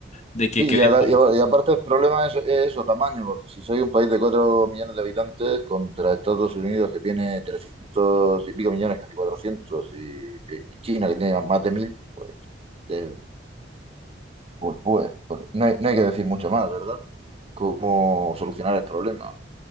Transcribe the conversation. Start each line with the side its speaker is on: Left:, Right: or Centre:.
Left: de que
Right: Sí,
Left: queremos
Right: y, ada- y a- y aparte el problema es, es eso, tamaño, porque si soy un país de 4 millones de habitantes contra Estados Unidos que tiene 300 y pico millones, casi 400 y, y- y China que tiene más de 1000 eh, pues, pues, pues no hay, no hay que decir mucho más, ¿verdad? Cómo solucionar el problema.